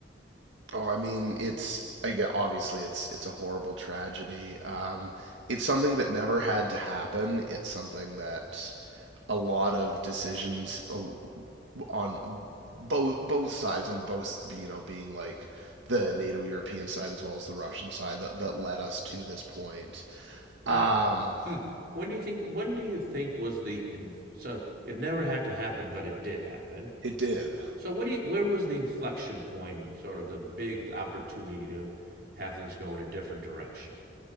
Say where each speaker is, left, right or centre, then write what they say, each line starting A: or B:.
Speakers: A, on the right; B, on the right.
A: Oh, I mean, it's again, obviously it's it's a horrible tragedy. Um, it's something that never had to happen. It's something that a lot of decisions uh, on both both sides and both you know being like the NATO European side as well as the Russian side that that led us to this point.
B: Really?
A: Um,
B: Hmm. When do you think? When do you think was the inf- so it never had to happen, but it did happen.
A: it did.
B: So what do you? Where was the inflection point? Sort of the big opportunity to have things go in a different direction.